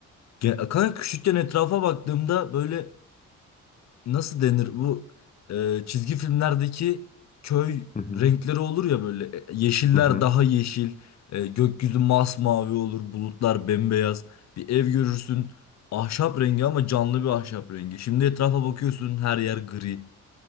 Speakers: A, on the left; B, on the left.
A: ge- kanka küçükken etrafa baktığımda böyle nasıl denir bu e, çizgi filmlerdeki köy
B: Hı hı.
A: renkleri olur ya böyle E, yeşiller
B: Hı hı.
A: daha yeşil, e, gökyüzü masmavi olur, bulutlar bembeyaz. Bir ev görürsün, ahşap rengi ama canlı bir ahşap rengi. Şimdi etrafa bakıyorsun her yer gri,